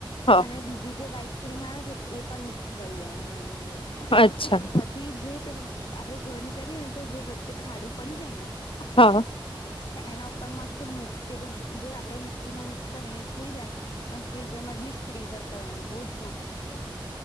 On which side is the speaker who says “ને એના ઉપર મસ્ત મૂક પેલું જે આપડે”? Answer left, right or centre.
Left